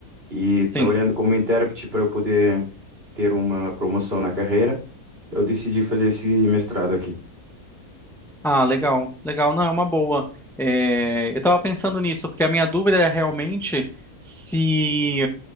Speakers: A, on the right (about 40°); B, in the centre.
A: e
B: Sim.
A: trabalhando como intérprete para eu poder ter uma promoção na carreira, eu decidi fazer esse mestrado aqui.
B: Ah, legal, legal. Não, é uma boa. É, eu estava pensando nisso, porque a minha dúvida é realmente se